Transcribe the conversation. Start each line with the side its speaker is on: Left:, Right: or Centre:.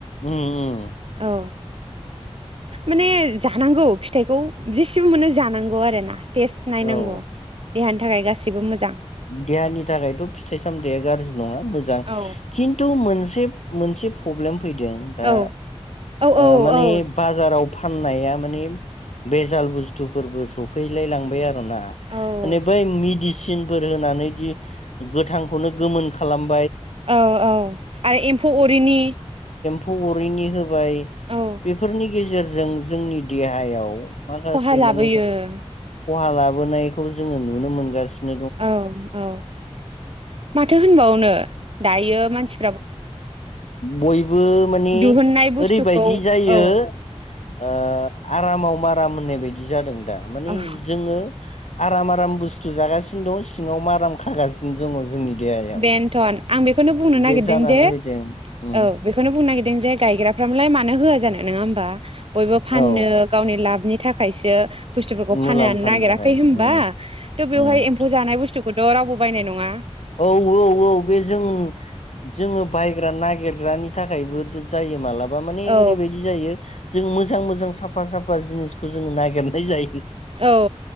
Left: उम उम
Right: औ माने जानांगौ फिथाइखौ जेसेबो मोनो जानांगौ आरो ना टेस्ट नायनांगौ
Left: औ
Right: देहानि थाखाय गासैबो मोजां
Left: देहानि थाखायथ' फिथाइ सामथाइया गाज्रि नङा मोजां
Right: औ
Left: खिन्थु मोनसे मोनसे फब्लेम फैदों दा
Right: औ औ
Left: ओ
Right: औ
Left: माने
Right: औ
Left: बाजाराव फाननाया माने बेजाल बुस्थुफोरबो सफैलाय लांबाय आरो ना
Right: औ
Left: माने बै मेदि सिन फोर होनानै जि गोथांखौनो गोमोनखा खालाम
Right: औ-औ आरो एम्फौ अरिनि
Left: फौ अरैनि हो बाय
Right: औ
Left: बेफोरनि गेजेर जों- जोंनि देहायाव, माखासे
Right: खहा लाबोयो
Left: माने खहा ला लाबोनायखौ जोङो नुनो मोनगासिनो ।
Right: औ- औ, माथो होनबावनो? दायो मानसि
Left: बयबो मानि
Right: दिहुननाय बुस्थुखौ
Left: ओरैबायदि जायो
Right: औ
Left: ओ आरामाव बारा मोननाय बायदि जादों । दा माने
Right: औ
Left: जोङो, आराम - आराम बुस्थु जागासिनो दं, सिङाव माराम खागासिनो दङ जोंनि। देहायाव
Right: बेनोथ' आं बेखौनो बुंनो नागिरदों
Left: बे जानानै
Right: जे
Left: फैदों उम
Right: औ बेखौनो बुंनो नागिरदों । जे गायग्राफ्रा मालाय मानो होआ जानो नङा होमबा? बयबो फाननो
Left: औ
Right: गावनि लाबनि थाखायसो, बुस्थुफोरखौ
Left: मुलाम्फानि
Right: फाननानै नागिराखै
Left: थाखाय
Right: होमबा?
Left: उम
Right: थ' बेवहाय
Left: उम
Right: एम्फौ जानाय बुथुफोरखौथ' रावबो, बायनाय नङा ।
Left: औ-औ-औ बे जों जोङो बाइ नागिरग्रानि थाखायबो जायो मालाबा माबा माने
Right: औ
Left: ओरैबायदि जायो। जों मोजां-मोजां, साफा-साफा जिनिसखौ जोङो नागिरनाय जायो ।
Right: औ